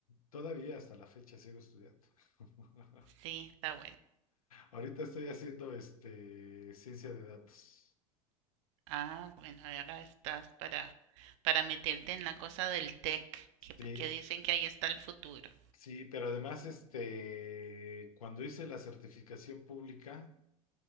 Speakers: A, on the left; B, on the right.
A: Todavía hasta la fecha sigo estudiando. <laughs>
B: Sí, está bueno.
A: Ahorita estoy haciendo este, ciencia de datos.
B: Ah, bueno, ahora estás para, para meterte en la cosa del tech,
A: Sí,
B: que, pu- que dicen que ahí está el futuro.
A: Sí, pero además, este, cuando hice la certificación pública,